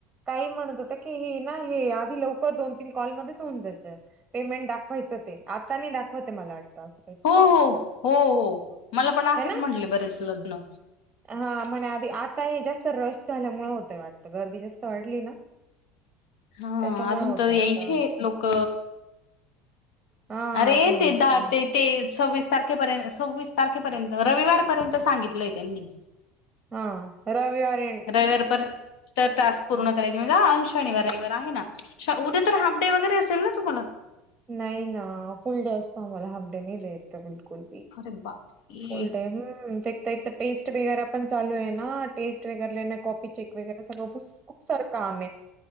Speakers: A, on the right; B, on the left.
A: काही म्हणत होत्या, की हे ना हे आधी लवकर दोन तीन कॉल मध्येच होऊन जायचं, पेमेंट दाखवायचं ते. आता नाही दाखवतय मला वाटतं अस.
B: हो-हो, हो-हो मला पण असंच
A: है ना
B: म्हटले बरेच जण.
A: हा म्हणे आधी आता हे जास्त रश झाल्यामुळे होतय वाटतं, गर्दी जास्त वाढली ना.
B: हा
A: त्याच्यामुळे
B: अजून
A: होतय
B: तर यायचेत
A: असं
B: लोक.
A: हा
B: अरे
A: अजून
B: ते दहा
A: त्याला
B: ते ते सव्वीस तारखेपर्यंत, सव्वीस तारखेपर्यंत, रविवारपर्यंत सांगितलंय त्यांनी.
A: हां रविवारी
B: रविवारीपर्यंत तर टास्क पूर्ण करायची शनिवार रविवार आहे ना उद्या तर हाफ डे वगैरे असेल ना तुम्हाला
A: नाही ना फुल डे असतो आम्हाला हाफ डे नाही द्यायेत बिलकुल
B: अरे बापरे
A: फुल डे हम्म ते टेस्ट वगैरे पण चालू आहे ना टेस्ट वगैर चेक वगैरे सगळं खूप सारं काम आहे